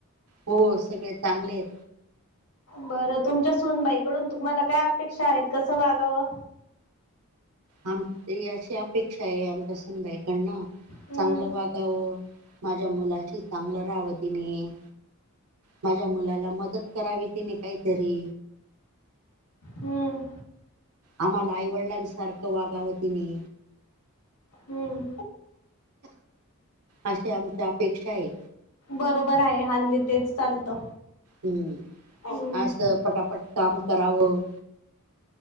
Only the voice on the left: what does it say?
बरं तुमच्या सूनबाईकडून तुम्हाला काय अपेक्षा आहेत? कसं वागावं?
हम्म
हम्म.
हम्म.
बरोबर आहे. हल्ली तेच चालतं.
हम्म